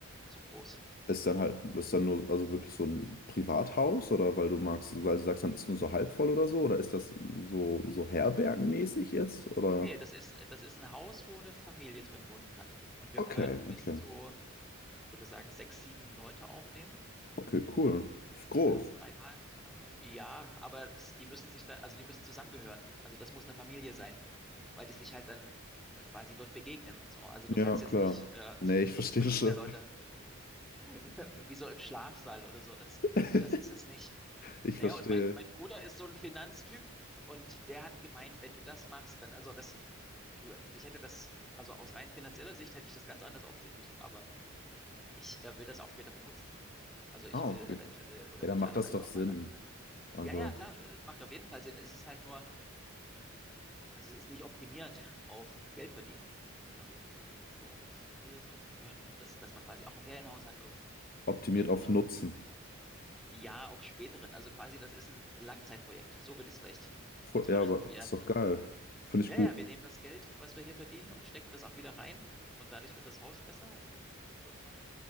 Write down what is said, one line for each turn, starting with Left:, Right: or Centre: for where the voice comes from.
Centre: zu groß.
Left: ist dann halt, ist dann nur, also wirklich so ein Privathaus, oder weil du magst, weil du sagst, dann ist nur so halb voll oder so, oder ist das so, so herbergenmäßig jetzt, oder?
Centre: Nee, nee, das ist, das ist ein Haus, wo eine Familie drin wohnen kann. Und wir
Left: Okay,
Centre: können bis
Left: okay,
Centre: zu, ich würde sagen, sechs, sieben Leute aufnehmen.
Left: okay, cool.
Centre: Also wir,
Left: Ist groß.
Centre: wir haben drei Bar, drei Bar. Ja, aber das, die müssen sich dann, also die müssen zusammengehören. Also das muss eine Familie sein, weil die sich halt dann äh, quasi dort begegnen und so. Also du
Left: Ja,
Centre: kannst
Left: klar.
Centre: jetzt nicht äh,
Left: Nee, ich verstehe
Centre: fünf verschiedene
Left: schon.
Centre: Leute <laughs> wie so im Schlafsaal oder so. Das,
Left: <laughs>
Centre: das ist es nicht.
Left: Ich
Centre: Naja,
Left: verstehe.
Centre: und mein, mein Bruder ist so ein Finanztyp und der hat gemeint, wenn du das machst, dann, also das, du, ich hätte das, also aus rein finanzieller Sicht hätte ich das ganz anders aufziehen müssen, aber ich äh, will das auch später benutzen. Also ich
Left: Ah,
Centre: will
Left: okay.
Centre: eventuell oder
Left: Ja, dann
Centre: idealerweise
Left: macht das doch
Centre: auch
Left: Sinn.
Centre: mal da drinne.
Left: Also
Centre: Ja, ja, klar, das macht auf jeden Fall Sinn. Es ist halt nur, also es ist nicht optimiert auf Geld verdienen, sondern das, das ist so, dass wir das nutzen können und dass, dass man quasi auch ein Ferienhaus hat irgendwo.
Left: optimiert
Centre: Das finde
Left: auf
Centre: ich
Left: Nutzen.
Centre: schon cool. Ja, auf späteren. Also quasi, das ist ein Langzeitprojekt. So würde ich es vielleicht
Left: Fu-
Centre: betrachten.
Left: Ja, aber
Centre: Wir,
Left: ist doch geil. Finde ich
Centre: ja,
Left: gut.
Centre: ja, wir nehmen das Geld, was wir hier verdienen und stecken das auch wieder rein und dadurch wird das Haus besser und irgendwann.